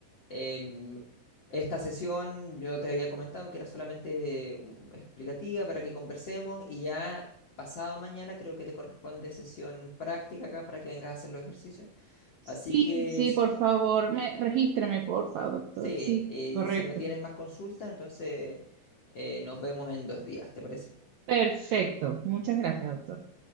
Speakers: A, on the left; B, on the right.
A: Em, esta sesión yo te había comentado que era solamente mm, explicativa para que conversemos. Y ya pasado mañana creo que te corresponde sesión práctica acá para que vengas a hacer los ejercicios.
B: Sí,
A: Así que
B: sí,
A: si-
B: por favor, me, regístreme, por favor, doctor.
A: Sí,
B: Sí,
A: y
B: correcto.
A: si no tienes más consultas, entonces eh, nos vemos en dos días, ¿te parece?
B: Perfecto. Muchas gracias, doctor.